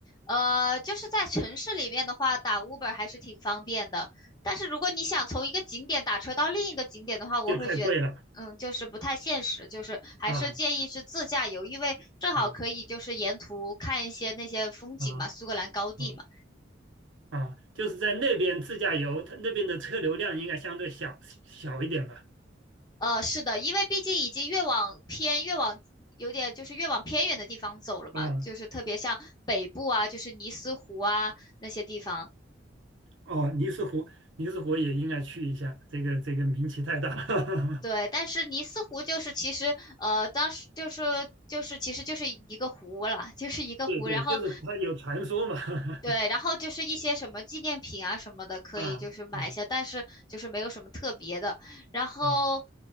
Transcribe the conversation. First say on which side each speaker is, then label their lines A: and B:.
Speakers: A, on the left; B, on the right.
A: 呃，就是在城市里面的话，打 Uber 还是挺方便的。但是如果你想从一个景点打车到另一个景点的话，我会觉得嗯，
B: 就太贵了
A: 就是不太现实，就是还是建议是自驾游，
B: 啊
A: 因为正好可以就是沿途看一些那些风景嘛，
B: 啊啊
A: 苏格兰高地嘛。
B: 啊啊！就是在那边自驾游，他那边的车流量应该相对小小一点吧？
A: 呃，是的，因为毕竟已经越往偏，越往有点就是越往偏远的地方走了嘛，
B: 啊
A: 就是特别像北部啊，就是尼斯湖啊那些地方。
B: 哦，尼斯湖尼斯湖也应该去一下，这个这个名气太大了。
A: 对，但是尼斯湖就是其实呃，当时就是就是其实就是一个湖了，就是一个湖，
B: <laughs> 对对，
A: 然后
B: 就是他有传说嘛。<laughs>
A: 对，然后就是一些什么纪念品啊什么的，可以就是买一下，
B: 啊啊
A: 但是就是没有什么特别的。然后，
B: 啊！